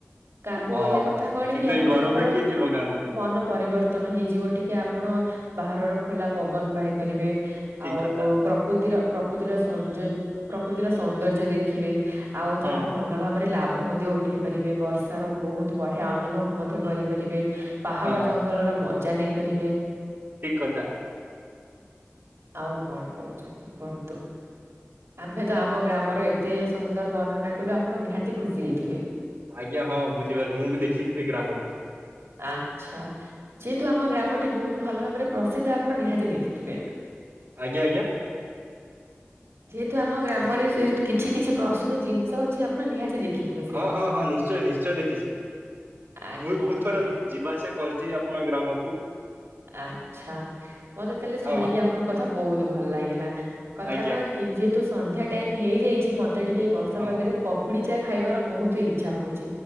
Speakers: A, on the right; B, on the right.
A: ଗାଁକୁ
B: ହଁ
A: ଗଲେ କଥା କଣ
B: କିନ୍ତୁ
A: କି
B: ଏଇ
A: ଆପଣଙ୍କର
B: ଗରମରେ କିଏ ଯିବ ଗାଁକୁ
A: ମନ ପରିବର୍ତ ତନ ହେଇଯିବ ଟିକେ ଆପଣ ବାହାରର ଖୋଲା ପବନ ପାଇପାରିବେ
B: ଠିକ
A: ଆଉ
B: କଥା
A: ପ୍ରକୃତିର ପ୍ରକୃତିର ସୌନ୍ଦ ପ୍ରକୃତିର ସୌନ୍ଦର୍ଯ୍ୟ ଦେଖିବେ ଆଉ
B: ହଁ
A: ତାର ଭଲ ଭାବ ଉପରେ ଲାଭ ମଧ୍ୟ ଉଠେଇ ପାରିବେ ବର୍ଷ ର ବହୁତ ବଢିଆ ଅନୁଭବ ମଧ୍ୟ କରିପାରିବେ। ପାହାଡ
B: ହଁ
A: ଜଙ୍ଗଲର ମଜା ନେଇପାରିବେ।
B: ଠିକ କଥା
A: ଆଉ କଣ କହୁଛନ୍ତି କୁହନ୍ତୁ ଆମ୍ଭେ ତ ଆମ ଗ୍ରାମର
B: ହଁ
A: ଏତେ ସୁନ୍ଦର ବର୍ଣ୍ଣନା କଲୁ ଆପଣ ନିହାତି ଖୁସି ହେଇଥିବେ
B: ଆଜ୍ଞା ହଁ ବୁଝିପାରୁଛି ମୁଁ ବି ଦେଖିଛି ସେ ଗ୍ରାମକୁ
A: ଆଛା ଯେହେତୁ ଆମ ଗ୍ରାମ ଟି ବହୁତ ଭଲ ଭାବରେ ପ୍ରସିଦ୍ଧ ଆପଣ ନିହାତି ଦେଖିଥିବେ
B: ଆଜ୍ଞା ଆଜ୍ଞା
A: ଯେହେତୁ ଆମ ଗ୍ରାମରେ ସେ କିଛି କିଛି ପ୍ରସିଦ୍ଧ ଜିନିଷ ଅଛି, ଆପଣ ନିହାତି ଦେଖିଥିବେ ସେଇଠି।
B: ହଁ ହଁ ହଁ ନିଶ୍ଚୟ ନିଶ୍ଚୟ ଦେଖିଛି ମୁଁ
A: ଆଜ୍ଞା
B: ବି ବହୁତ
A: ଆଜ୍ଞା
B: ଥର ଯିବା ଆସିବା କରିଛି ଆପଣ ଗ୍ରାମକୁ।
A: ଆଚ୍ଛା ମତେ ତାହେଲେ ଶୁଣିକି
B: ହଁ
A: ଆପଣଙ୍କ କଥା ବହୁତ ଭଲ ଲାଗିଲା କଥା
B: ଆଜ୍ଞା
A: କଣ କି ଯି ତ ସନ୍ଧ୍ୟା ଟାଇମ ହେଇଯାଇଛି ମତେ ଟିକେ ବର୍ଷା
B: ହଁ
A: ପାଗରେ ପକୁଡ଼ିଚା ଖାଇବାର ବହୁତ ଇଚ୍ଛା ହଉଛି